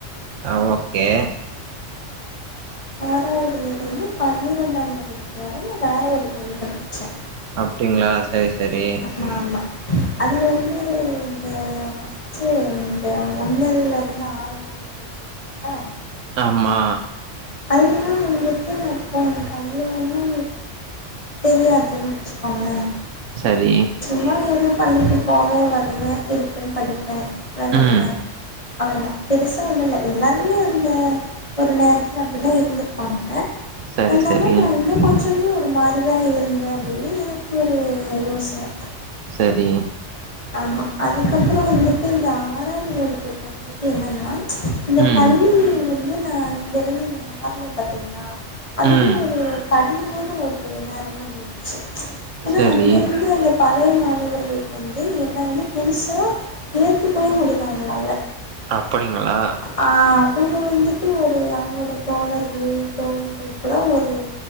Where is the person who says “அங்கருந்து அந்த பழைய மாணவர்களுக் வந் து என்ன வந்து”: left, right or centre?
Left